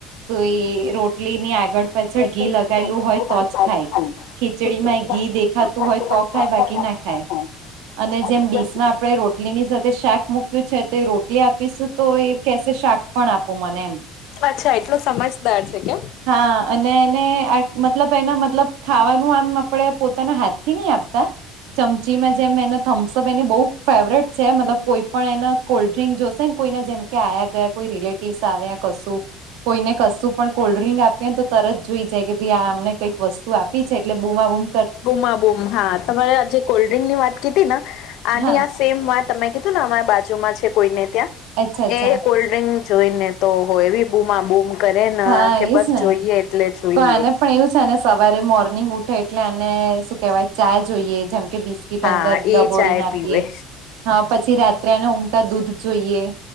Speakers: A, on the right (about 75°); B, on the left (about 65°).
A: તો એ રોટલીની આગળ પાછળ ઘી
B: જ
A: લગાયેલું હોય તો ખાય ખીચડીમાં
B: ખ <unintelligible> <unintelligible>
A: ઘી દેખાતું હોય તો ખાય બાકી ના ખાય અને જેમ ડીશમાં આપણે રોટલી ની સાથે શાક મુૂક્યું છે તો એ રોટલી આપીશું તો એ કેશે શાક પણ આપો મને એમ.
B: અચ્છા એટલો સમજદાર છે કેમ.
A: હા અને એને મતલબ એના મતલબ ખાવાનું આમ આપણેે પોતાના હાથથી નહી આપતા. ચમચીમાં જેમ એને થમ્સઅપ એને બઉુ. ફેવરેટ છે મતલબ કોઈ પણ એને કોલ્ડ્રિંક જોશે ને કોઈને જેમ કે આ્યા ગયા કોઈ રિલે કશું કોઈને કશું પણ કોલ્ડ્રિંક આપીએને તો તરત જોઈ જાય કે ભાઈ આ અમને કંઈક વસ્તુ આપી છે એટલે બુમાં બુમ.
B: બુમા બુમ હા તમારે જે કોલ્ડ્રિંક ની વાત કીદી ના આવી.
A: હા
B: સેમ વાત તમે કીધું ને અમારા બાજુમાં છે કોઈને ત્યાં
A: અચ્છા
B: એ
A: અચ્છા
B: કોલ્ડ ડ્રિંક. જોઈ ને તો હો એવી બૂમા બૂમ કરે ને
A: હા
B: કે
A: એજ
B: બસ
A: ને
B: જોઈએ. એટલે જોઈએ
A: તો એને પણ એવું છે ને સવારે મોર્નિંગ ઉઠે એટલે અનેને શું કેહેવાય ચાય જોઈએ જેમ કે બિસ કીટ
B: હા
A: અંદર ડબોડી
B: એ ચાય
A: નાખીએ
B: પીવે
A: હા પછી રાત્રેને ઊઘતા દૂધ જોઈએ.